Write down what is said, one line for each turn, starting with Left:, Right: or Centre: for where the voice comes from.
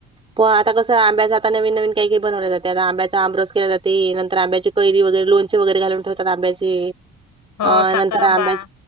Right: पण आता कसं आंब्याच आता नवीन नवीन काही काही बनवल्या जाते. आता आंब्याचा आंबरस केला जाते नंतर आंब्याचे. कैरी वगैरे लोणचे वगैरे घालून ठेवतात. आंब्याचे
Left: हो
Right: अ
Left: साखर
Right: नंतर
Left: आंबा
Right: आंब्याचे.